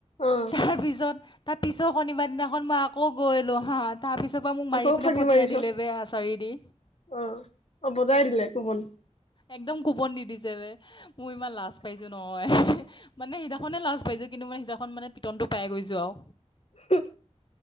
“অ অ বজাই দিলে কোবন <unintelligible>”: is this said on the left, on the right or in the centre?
Left